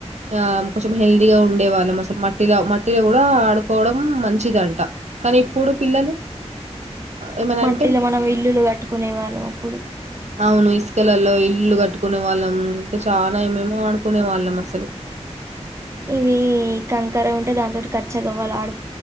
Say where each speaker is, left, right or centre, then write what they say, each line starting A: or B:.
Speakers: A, on the right (about 75°); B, on the right (about 25°).
A: ఆ కొంచెం హెల్దీగా ఉండే వాళ్ళం అసలు మట్టిల మట్టిల కూడా ఆడుకోవడం మంచిదంట కానీ ఇప్పుడు పిల్లలు ఏమనా అం
B: టిల మనం ఇల్లులు కట్టుకునే వాళ్ళం అప్పుడు
A: అవును ఇసుకలల్లో ఇల్లు కట్టుకునే వాళ్ళం ఇంకా చాలా ఏమేమో ఆడుకునే వాళ్ళం అసలు
B: ఇవి కంకర ఉంటే దాంతోటి కచ్చగవ్వల ఆడు